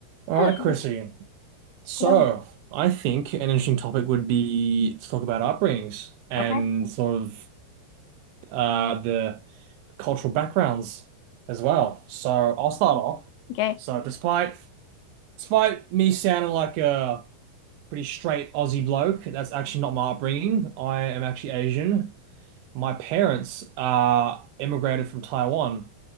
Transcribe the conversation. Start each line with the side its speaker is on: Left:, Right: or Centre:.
Right: All
Left: Hello.
Right: right, Chrissy. So,
Left: Hello.
Right: I think an interesting topic would be to talk about upbringings and
Left: Okay.
Right: sort of uh, the cultural backgrounds as well. So, I'll start off.
Left: Okay.
Right: So, despite despite me sounding like a pretty straight Aussie bloke, that's actually not my upbringing. I am actually Asian. My parents uh, immigrated from Taiwan.